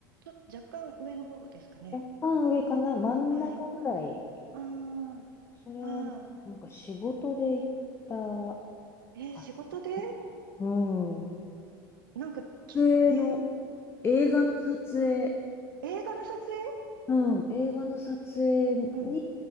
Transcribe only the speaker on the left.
若干上かな、真ん中ぐらい。
それはね、
なんか仕事で行った
かな。うん。
撮影の、
映画の撮影。
うん、映画の撮影に